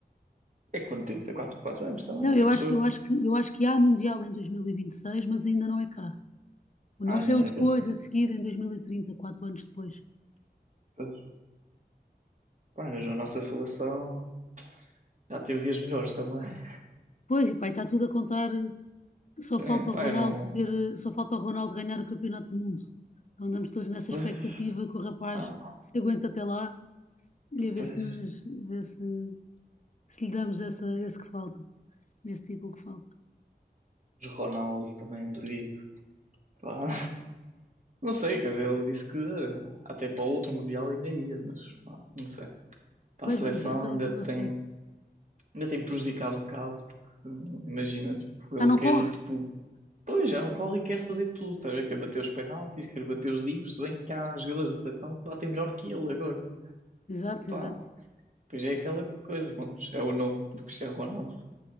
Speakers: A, on the right (about 45°); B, on the left (about 45°).
A: É quanto tempo? É quatro, quatro anos também,
B: Não,
A: penso
B: eu acho
A: eu.
B: que eu acho que eu acho que há Mundial em 2026, mas ainda não é cá. O nosso
A: Ah, ainda
B: é
A: não
B: o depois,
A: é cá.
B: a seguir, em 2030, quatro anos depois.
A: Pois. Pá, mas a nossa seleção já teve dias melhores também.
B: Pois, e pá, está tudo a contar. Só
A: Sim,
B: falta
A: pá,
B: o Ronaldo
A: eu não.
B: ter, só falta o Ronaldo ganhar o Campeonato do Mundo. Então andamos todos nessa
A: Pois.
B: expectativa que o rapaz
A: Ah,
B: se aguenta até lá e a ver
A: pois.
B: se, nos, a ver se, se lhe damos essa, esse que falta, esse título que falta.
A: Os Ronaldo também duvido. Pá, Não sei, quer dizer, ele disse que até para o outro Mundial ainda ia, mas pá, não sei. Para
B: Pois
A: a seleção
B: vamos ver se
A: ainda
B: ele ainda
A: tem,
B: consegue.
A: ainda tem prejudicado um bocado, porque imagina, tipo,
B: Já
A: ele
B: não
A: quer,
B: corre?
A: tipo, pois já não corre e quer fazer tudo, tá a ver? Quer bater os penaltis, quer bater os livros, se bem que há jogadores da seleção que batem melhor que ele agora.
B: Exato,
A: E pá,
B: exato.
A: pois é aquela coisa, pronto, é o nome do Cristiano Ronaldo.